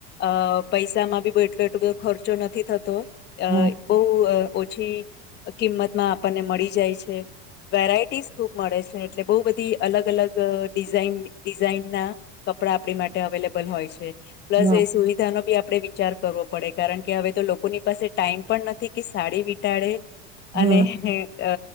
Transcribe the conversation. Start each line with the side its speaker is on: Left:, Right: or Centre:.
Left: અ પૈસામાં બી એટલો એટલો બધો ખર્ચો નથી થતો અ
Right: હમ
Left: બહુ ઓછી કિંમત માં આપણને મળી જાય છે વેરાયટીસ ખુબ મળે છે એટલે બહુ બધી અલગ અલગ ડિઝઇન ડિઝાઇન ના કપડા આપણી માટે અવેલેબલ હોય છે પ્લસ
Right: હમ
Left: એ સુવિધાનો બી આપડે વિચાર કરવો પડે કારણ કે હવે તો લોકોની પાસે ટાઈમ પણ નથી કે સાડી વિટાડે
Right: હમ
Left: અને અ